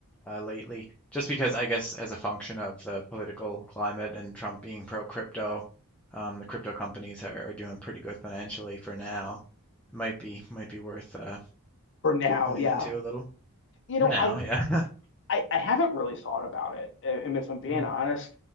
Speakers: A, in the centre; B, on the left.
A: uh, lately. Just because I guess as a function of the political climate and Trump being pro crypto, um, the crypto companies are, are doing pretty good financially for now. It might be might be worth uh,
B: for now.
A: tuning
B: Yeah.
A: into a little
B: You know,
A: for now.
B: I,
A: Yeah. <laughs>
B: I, I haven't really thought about it. And if I'm being
A: Mm,
B: honest,